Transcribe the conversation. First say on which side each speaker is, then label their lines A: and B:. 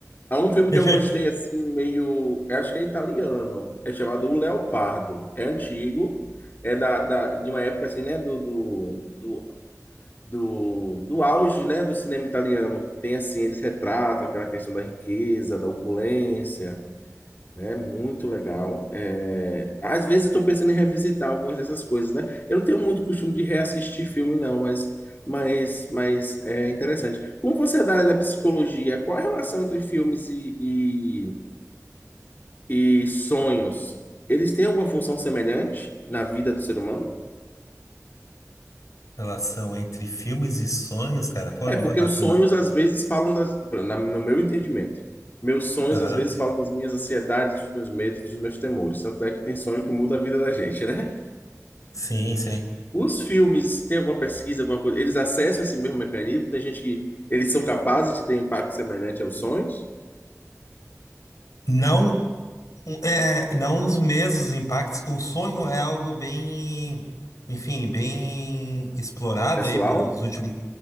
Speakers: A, on the left; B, on the left.
A: Há um filme
B: E deixa
A: que eu gostei
B: eu...
A: assim, meio. eu Acho que é italiano. É chamado O Leopardo. É antigo. É da, da- de uma época assim, né? Do, do, do, do, do auge, né? Do cinema italiano. Tem assim, eles retratam aquela questão da riqueza, da opulência é Muito legal. É, Às vezes eu tô pensando em revisitar algumas dessas coisas, né? Eu não tenho muito costume de reassistir filme, não, mas, mas, mas é interessante. Como você é da área da psicologia, qual a relação entre filmes e, e, e sonhos? Eles têm alguma função semelhante na vida do ser humano?
B: <laughs> Relação entre filmes e sonhos, cara. Pô,
A: É,
B: me
A: porque
B: botasse
A: os sonhos
B: uma...
A: às vezes falam das, na- no meu entendimento. Meus sonhos
B: Aham.
A: às vezes falam das minhas ansiedades, dos meus medos, dos meus temores. Tanto é que tem sonho que muda a vida da gente, né?
B: Sim, sim.
A: Os filmes, tem alguma pesquisa, alguma coisa? Eles acessam esse mesmo mecanismo? Tem gente que eles são capazes de ter um impacto semelhante aos sonhos,
B: Não Um- É, não os mesmos impactos. O sonho é algo bem, enfim, bem explorado
A: pessoal?
B: aí pelos últimos.